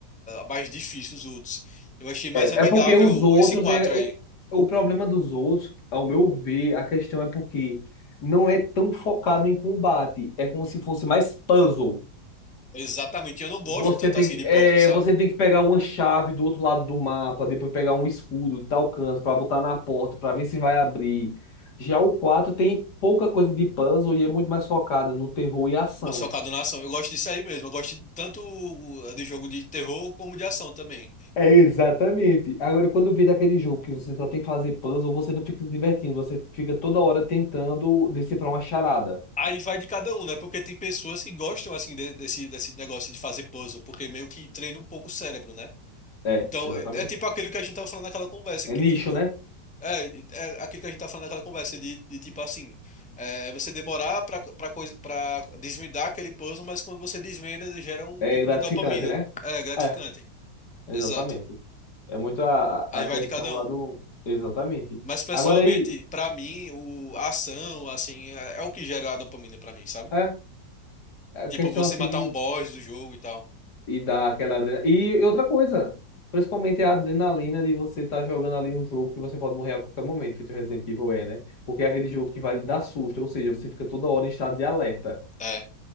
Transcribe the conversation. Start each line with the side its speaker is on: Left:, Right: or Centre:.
Centre: mais difícil os outros. Eu achei mais amigável
Left: É porque os outros,
Centre: esse 4
Left: é,
Centre: aí.
Left: o, o problema dos outros, ao meu ver, a questão é porque não é tão focado em combate. É como se fosse mais puzzle.
Centre: Exatamente. Eu não gosto
Left: Você
Centre: tanto
Left: tem,
Centre: assim de
Left: que-
Centre: puzzle,
Left: é,
Centre: sabe?
Left: você tem que pegar uma chave do outro lado do mapa, depois pegar um escudo de tal canto para botar na porta, para ver se vai abrir. Já o 4 tem pouca coisa de puzzle e é muito mais focada no terror e ação.
Centre: Mas focado na ação. Eu gosto disso aí mesmo. Eu gosto de- tanto de jogo de terror como de ação também.
Left: É exatamente. Agora, quando vira daquele jogo que você só tem que fazer puzzle, você não fica se divertindo, você fica toda hora tentando decifrar uma charada.
Centre: Aí vai de cada um, né? Porque tem pessoas que gostam, assim, de- desse, desse negócio de fazer puzzle, porque meio que treina um pouco o cérebro, né?
Left: É,
Centre: Então,
Left: exatamente.
Centre: é é tipo aquilo que a gente tava falando naquela conversa,
Left: É
Centre: que
Left: nicho,
Centre: tipo.
Left: né?
Centre: É, é aquilo que a gente tá falando naquela conversa, de, de tipo assim. é, você demorar pra, pra, coisa, pra desvendar aquele puzzle, mas quando você desvenda, gera um
Left: É
Centre: pico
Left: gratificante,
Centre: de dopamina.
Left: né?
Centre: né? É gratificante.
Left: É, exatamente.
Centre: Exato.
Left: É muito a,
Centre: Aí
Left: a
Centre: vai
Left: questão
Centre: de cada
Left: lá
Centre: um.
Left: do. Exatamente.
Centre: Mas pessoalmente,
Left: Agora aí,
Centre: pra mim, o a ação, assim, é, é o que gera a dopamina pra mim, sabe?
Left: é, a
Centre: Tipo,
Left: questão
Centre: você
Left: assim
Centre: matar
Left: de
Centre: um boss do jogo e tal.
Left: E dá aquela adrenalina. E e outra coisa, principalmente a adrenalina de você estar jogando ali um jogo que você pode morrer a qualquer momento, feito Resident Evil é, né? Porque é aquele jogo que vai lhe dar susto, ou seja, você fica toda hora em estado de alerta.
Centre: É.